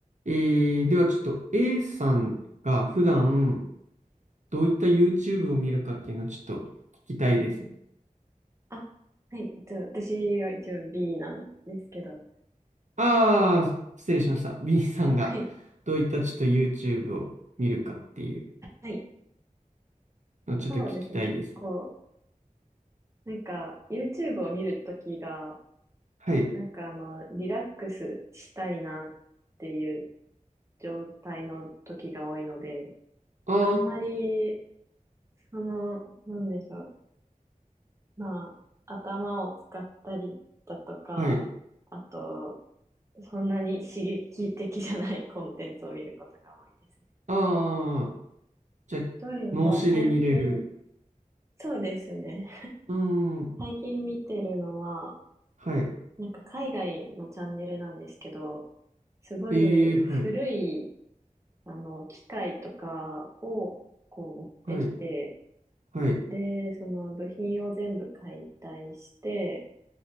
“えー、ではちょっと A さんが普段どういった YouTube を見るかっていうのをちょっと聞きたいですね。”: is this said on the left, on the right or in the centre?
Right